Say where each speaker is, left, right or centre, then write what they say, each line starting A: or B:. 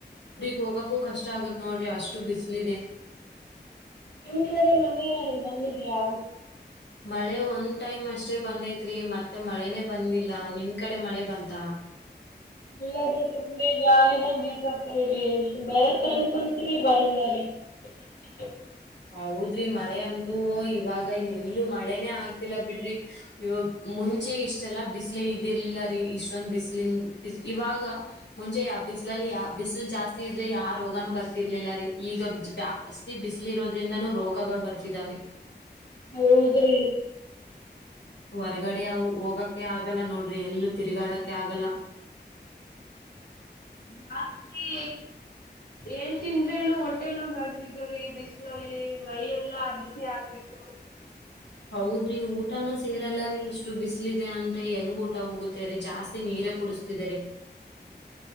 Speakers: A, on the left; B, on the left.
A: ಹೋಗಕೂ ಕಷ್ಟ ಆಗತ್ ನೋಡ್ರಿ ಅಷ್ಟು ಬಿಸಿಲಿದೆ
B: ನಿಮ್ ಕಡೆ ಮನ ಏನಾದ್ರು ಬಂದಿದ್ಯಾಾ
A: ಮಳೆ ಒಂದ್ ಟೈಮ್ ಅಷ್ಟೇ ಬಂದೈತ್ರಿ ಮತ್ತೆ ಮಳೇನೆ ಬಂದಿಲ್ಲ ನಿಮ್ ಕಡೆ ಮಳೆ ಬಂತ
B: ಎಲ್ಲಾರು ಸುಮ್ಮನೆ ಗಾಳಿದಾ ಬೀಸಾ ಬರತ್ತ ಅನ್ಕೊಂತರಿ ಬರಂಗ ಹ <inaudible>
A: ಹೌದ್ರಿ ಮಳೆ ಅಂತೂ ಇವಾಗ ಎಲ್ಲೂ ಮಳೆನೇ ಆಗ್ತಿಲ್ಲ ಬಿಡ್ರಿ ಇವ ಮುಂಚೆ ಇಷ್ಟೆಲ್ಲಾ ಬಿಸಲ ಇದಿರ್ಲಿಲ್ಲ ರೀ ಇಷ್ಟೊಂದ್ ಬಿಸಿಲನ್ ಬ ಇವಾಗ ಮುಂಚೆ ಯಾವ ಬಿಸಿ್ಲಲ್ಲಿ ಯಾವ ಬಿಸಿಲು ಜಾಸ್ತಿ ಇದ್ರೆ ಯಾವ ರೋಗಾನೂ ಬರ್ತಿರ್ಲಿಲ್ಲ ರೀ ಈಗ ಜಾಸ್ತಿ ಬಿಸಿ್ ರೋದ್ರಿಂದನೂ ರೋಗಗಳು ಬರ್ತಿದಾವ
B: ಹೌದ್ರಿ
A: ಹೊರಗಡೆ ಅವು ಹೋಗಕ್ಕೆ ಆಗಲ್ಲ ನೋಡ್ರಿ ಎಲ್ಲೂ ತಿರುಗಾಡಕ್ಕೆ ಆಗಲ್ಲ
B: ಜಾಸ್ತಿ ಏನ್ ತಿಂದ್ರೇನು ಒಟ್ಟ <inaudible> ಲ್ಲಿ ಮೈ ಎಲ್ಲಾ ಬಿಸಿ ಆಗ್ಬಿಟ್ಟು
A: ಹೌದ್ರಿ ಊಟಾನೂ ಸೇರಲ್ಲರಿೀ ಇಷ್ಟು ಬಿಸಲಿದೆ ಅಂದ್ರೆ ಹೆಂಗ್ ಊಟ ಹೋಗತೇರೀ ಜಾಸ್ತಿ ನೀರೇ ಕುಡಸ್ತಿದೆರಿ.